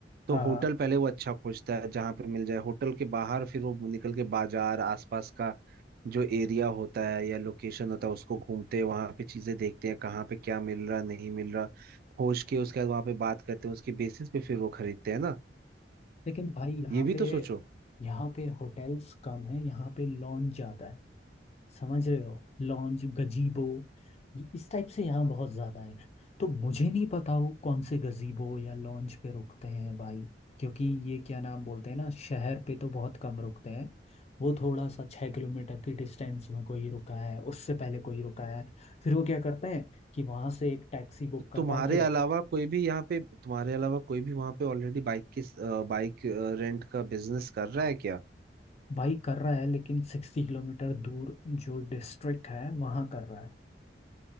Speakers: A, on the right (about 55°); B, on the left (about 35°).
A: तो
B: हाँ
A: होटल
B: हाँ
A: पहले वो अच्छा खोजता है जहाँ पे मिल जाए होटल के बाहर फिर वो निकल के बाजार आसपास का जो एरिया होता है या लोकेशन होता है उसको घूमते हैं वहां पे चीजें देखते हैं कहाँ पे क्या मिल रहा नहीं मिल रहा खोज के उसके बाद वहां पे बात करते हैं उसके बेसिस पे फिर वो खरीदते हैं ना
B: लेकिन भाई यहाँ
A: ये भी
B: पे
A: तो सोचो
B: यहाँ पे होटल्स कम है यहाँ पे लॉन्ज ज्यादा है समझ रहे हो लॉन्ज गजीबो ये- इस टाइप से यहाँ बहुत ज्यादा है तो मुझे नहीं पता वो कौन से गजीबो या लॉन्ज पे रुकते हैं भाई क्योंकि ये क्या नाम बोलते हैं ना शहर पे तो बहुत कम रुकते हैं वो थोड़ा सा छः किलोमीटर की डिस्टेंस में कोई रुका है उससे पहले कोई रुका है फिर वो क्या करते हैं कि वहां से एक टैक्सी बुक
A: तो
B: करवा
A: तुम्हारे
B: के
A: अलावा कोई भी यहाँ पे तुम्हारे अलावा कोई भी वहां पे ऑलरेडी बाइक के बाइक रेंट का बिजनेस कर रहा है क्या
B: भाई कर रहा है लेकिन सिक्सटी किलोमीटर दूर जो डिस्ट्रिक्ट है वहाँ कर रहा है